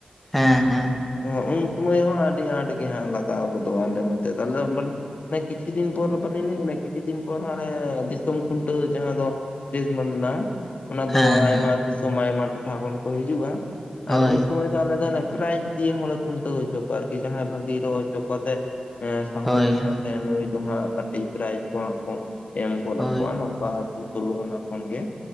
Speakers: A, in the centre; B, on the left.
A: ᱦᱮᱸ ᱦᱮᱸ
B: ᱚ ᱩᱱ ᱥᱚᱢᱚᱭ ᱦᱚᱸ ᱟᱹᱰᱤ ᱟᱸᱴ ᱜᱮ ᱦᱟᱸᱜ ᱞᱟᱜᱟᱣ ᱜᱚᱫᱚᱜ-ᱟ ᱟᱞᱮ ᱱᱚᱛᱮ ᱛᱟᱦᱞᱮ ᱠᱤᱪᱷᱩ ᱫᱤᱱ ᱯᱚᱨ ᱵᱟᱹᱞᱤᱧ ᱞᱟᱹᱭ-ᱟᱜ ᱵᱤᱱᱟ ᱠᱤᱪᱷᱩ ᱫᱤᱱ ᱯᱚᱨ ᱦᱟᱱᱮ ᱫᱤᱥᱚᱢ ᱠᱷᱩᱱᱴᱟᱹᱣ ᱡᱟᱦᱟᱸ ᱫᱚ ᱫᱮᱥ ᱢᱮᱱᱟᱜ-ᱟ ᱚᱱᱟ ᱫᱚ
A: ᱦᱮᱸ
B: ᱟᱭᱢᱟ
A: ᱦᱮᱸ
B: ᱫᱤᱥᱚᱢ ᱟᱭᱢᱟ ᱴᱚᱴᱷᱟ ᱠᱷᱚᱱ ᱠᱚ ᱦᱤᱡᱩᱜ-ᱟ
A: ᱦᱳᱭ
B: ᱟᱨ ᱩᱱ ᱥᱩᱢᱚᱭ ᱫᱚ ᱟᱞᱮ ᱫᱚᱞᱮ ᱯᱨᱟᱭᱤᱡᱽ ᱫᱤᱭᱮ ᱦᱚᱸᱞᱮ ᱠᱷᱩᱱᱴᱟᱹᱣ ᱦᱚᱪᱚ ᱠᱚᱣᱟ ᱟᱨᱠᱤ ᱡᱟᱦᱟᱸᱭ ᱵᱷᱟᱜᱤ ᱨᱚᱦᱚᱜ ᱦᱚᱪᱚ ᱠᱚᱣᱟᱛᱮ ᱮ ᱥᱟᱦᱚᱥ
A: ᱦᱳᱭ
B: ᱢᱮᱱᱟᱜ
A: ᱦᱳᱭ
B: ᱛᱟᱭᱟ ᱱᱩᱭ ᱫᱚ ᱦᱟᱸᱜ ᱠᱟᱴᱤᱡ ᱯᱨᱟᱭᱤᱡ ᱠᱚ ᱦᱟᱸᱜ ᱠᱚ ᱮᱢ ᱜᱚᱫ
A: ᱦᱳᱭ
B: ᱟᱠᱚᱣᱟ ᱱᱚᱝᱠᱟ ᱟᱹᱛᱩ ᱥᱳᱞᱳ ᱟᱱᱟ ᱠᱷᱚᱱᱜᱮ